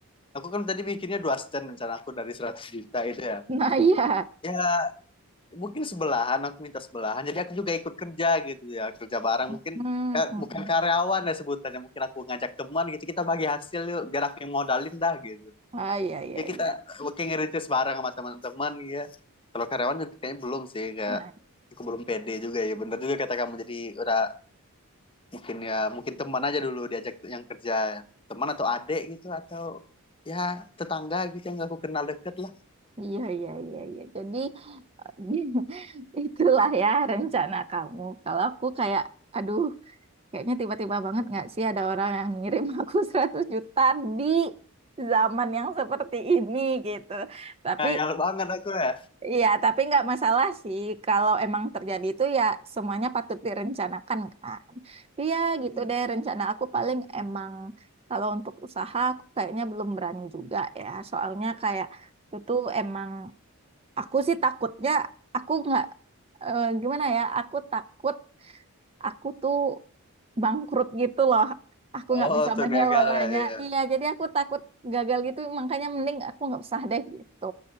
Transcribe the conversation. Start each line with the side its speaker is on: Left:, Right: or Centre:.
Left: Aku kan tadi bikinnya dua stand rencana aku dari 100 juta itu ya.
Right: <laughs> Nah iya.
Left: Ya, mungkin sebelahan, aku minta sebelahan. Jadi aku juga ikut kerja gitu ya. Kerja bareng mungkin
Right: Hmm. mm,
Left: ka-
Right: mm.
Left: bukan karyawan ya sebutannya. Mungkin aku ngajak teman gitu, kita bagi hasil yuk. Biar aku yang modalin dah gitu.
Right: Ah iya iya
Left: Ya kita
Right: iya.
Left: working ngerintis bareng sama teman-teman ya. Kalau karyawan kayaknya belum sih, kayak
Right: Nah,
Left: aku belum pede juga ya. Bener juga kata kamu, jadi udah mungkin ya mungkin teman aja dulu diajak yang kerja teman atau adik gitu atau ya tetangga gitu yang aku kenal deket lah
Right: Iya, iya, iya, iya. Jadi eh, <laughs> itulah ya rencana kamu. Kalau aku kayak, aduh, kayaknya tiba-tiba banget nggak sih ada orang yang ngirim aku <laughs> 100 juta di zaman yang seperti ini gitu. Tapi
Left: ngayal banget aku ya
Right: Iya, tapi nggak masalah sih. Kalau emang terjadi itu ya semuanya patut direncanakan kan. Tapi ya gitu
Left: hmm.
Right: deh, rencana aku paling emang kalau untuk usaha aku kayaknya belum berani juga ya. Soalnya kayak itu tuh emang Aku sih takutnya aku nggak eh, gimana ya, aku takut aku tuh bangkrut gitu loh. Aku nggak
Left: oh
Right: bisa
Left: tuh
Right: mengelolanya.
Left: dia gagal ya iya.
Right: Iya, jadi aku takut gagal gitu. Makanya mending aku nggak usah deh gitu.